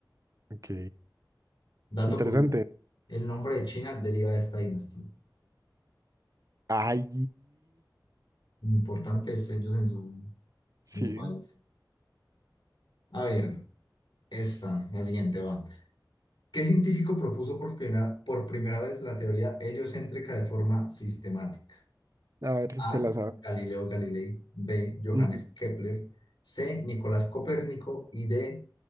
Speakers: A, on the right; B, on the left.
A: Ok,
B: Dato
A: interesante.
B: curioso. El nombre de China deriva de esta dinastía.
A: Ay,
B: Importantes ellos en su,
A: sí.
B: en su país. A ver, esta, la siguiente va. ¿Qué científico propuso por primera, por primera vez la teoría heliocéntrica de forma sistemática?
A: A ver si
B: A.
A: se la sabe.
B: Galileo Galilei. B. Johannes
A: Ujú.
B: Kepler. C. Nicolás Copérnico. Y D.